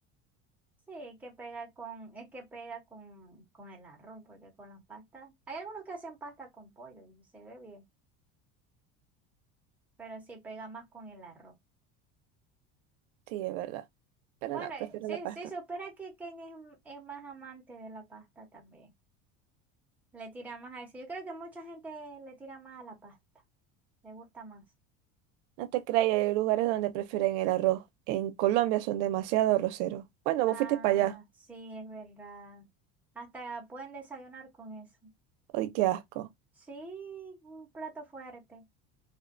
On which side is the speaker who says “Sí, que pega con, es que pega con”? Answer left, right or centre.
Centre